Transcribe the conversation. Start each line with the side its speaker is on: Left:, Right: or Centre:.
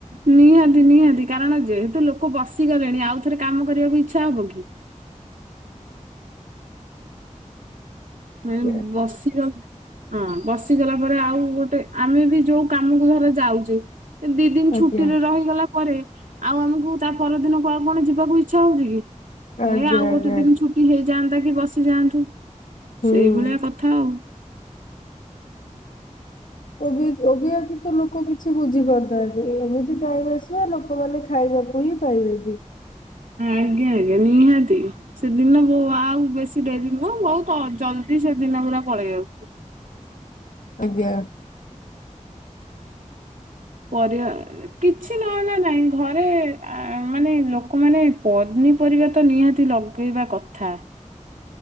Right: ନିହାତି ନିହାତି କାରଣ ଯେହେତୁ ଲୋକ ବସିଗଲେଣି ଆଉ ଥରେ କାମ କରିବାକୁ ଇଚ୍ଛା ହବ କି ମାନେ
Left: ଆଜ୍ଞା
Right: ବସିଗଲା ହଁ ବସିଗଲା ପରେ ଆଉ ଗୋଟେ ଆମେ ବି ଯୋଉ କାମକୁ ଧର ଯାଉଚେ ସେ ଦି ଦିନ ଛୁଟିରେ
Left: ଆଜ୍ଞା
Right: ରହିଗଲା ପରେ ଆଉ ଆମକୁ ତା ପରଦିନ କ ଆଉ କଣ ଯିବାକୁ ଇଚ୍ଛା ହଉଛି କି
Left: ଆଜ୍ଞା
Right: ଏ ଆଉ
Left: ଆଜ୍ଞା
Right: ଗୋଟେ ଦିନ ଛୁ ଟି ହେଇଯାଆନ୍ତା କି ବସିଯାଆନ୍ତୁ
Left: ହୁଁ।
Right: ସେଇଭଳିଆ କଥା ଆଉ।
Left: ଓ ବି ଓ ବି ଆ କିଛି ଲୋକ କିଛି ବୁଝି ପାରୁିଥାହାନ୍ତି ଏମିତି ଟାଇମ ଆସିବ ଲୋକମାନେ ଖାଇବାକୁ ହିଁ ପାଇିବେନି କେହି।
Right: ଆଜ୍ଞା ଆଜ୍ଞା ନିହାତି ସେଦିନ ବୋ ଆଉ ବେଶୀ ଡେରି ନୁହଁ ବହୁତ ତ ଜଲ୍ଦି ସେ ଦିନ ପୁରା ପଳେଇ ଆାଉ
Left: ଆଜ୍ଞା।
Right: ପରିବା ଆଁ କିଛି ନହେଲା ନାଇଁ ଘରେ ଆ ମାନେ ଲୋକମାନେ ପନିପରିବା ତ ନିହାତି ଲ ଗେଇବା କଥା।